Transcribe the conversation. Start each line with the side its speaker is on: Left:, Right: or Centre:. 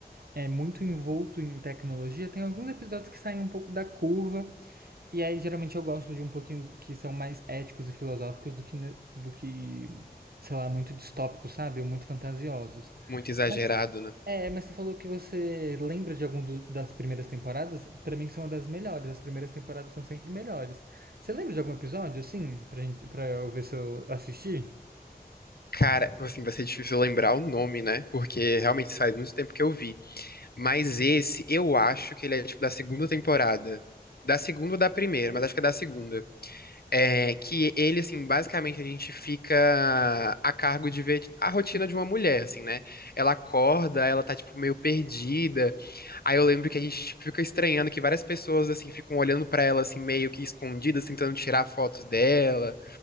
Right: é, muito envolto em tecnologia, tem alguns episódios que saem um pouco da curva. E aí, geralmente, eu gosto de um pouquinho que são mais éticos e filosóficos do que, ne- do que, sei lá, muito distópicos, sabe? Ou muito fantasiosos.
Left: Muito exagerado,
Right: Mas,
Left: né?
Right: é, mas você falou que você lembra de algum dos- das primeiras temporadas? Pra mim, são uma das melhores. As primeiras temporadas são sempre melhores. Você lembra de algum episódio, assim, pra gente, pra eu ver se eu assisti?
Left: Cara, assim, vai ser difícil lembrar o nome, né? Porque realmente faz muito tempo que eu vi. Mas esse, eu acho que ele é tipo da segunda temporada. Da segunda ou da primeira, mas acho que é da segunda. É que ele, assim, basicamente a gente fica a cargo de ver tipo, a rotina de uma mulher, assim, né? Ela acorda, ela tá, tipo, meio perdida. Aí eu lembro que a gente tipo, fica estranhando que várias pessoas, assim, ficam olhando pra ela, assim, meio que escondidas, tentando tirar fotos dela.